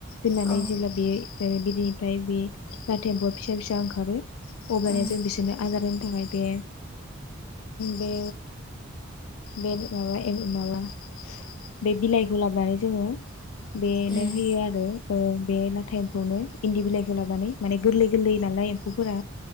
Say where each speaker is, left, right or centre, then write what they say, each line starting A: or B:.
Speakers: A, on the left; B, on the left.
A: दोननानै
B: औ
A: जेब्ला बियो बे बिनिफ्राय बे लाथा एम्फौआ फिसा फिसा ओंखारो अब्लानिया
B: उम
A: जों बिसोरनो आदार हो- नो थाखाय बे बे बे माबा माबा बे बिलाइखौ लाबोनानै जोङो बेनो
B: उम
A: होयो आरो बे लाथा एमफौनो इन्दि बिलाइखौ लाबोनानै माने गोरलै गोरलै नालाय एम्फौफोरा